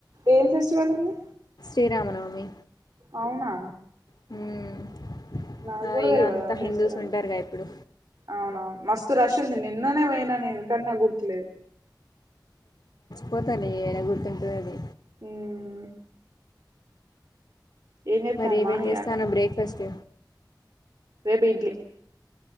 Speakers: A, on the right; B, on the left.
A: ఏం ఫెస్టివల్ ఉంది
B: శ్రీరామనవమి
A: అవునా
B: మ్మ్
A: నాక్కూడా
B: ఇగ
A: తెల్వదు
B: అంతా
A: ఆ ఫెస్టివల్
B: హిందూస్ ఉంటారుగా ఇప్పుడు
A: అవునవును మస్తు రష్ ఉంది నిన్ననే పోయినా నేను కానీ నాకు గుర్తులేదు
B: పోతాలే ఏడ గుర్తుంటది
A: మ్మ్ ఏం చేత్తాంది
B: మరి ఏమేం
A: మాహి
B: చేస్తాన్నావ్
A: అక్క
B: బ్రేక్ఫాస్ట్
A: రేపు ఇడ్లీ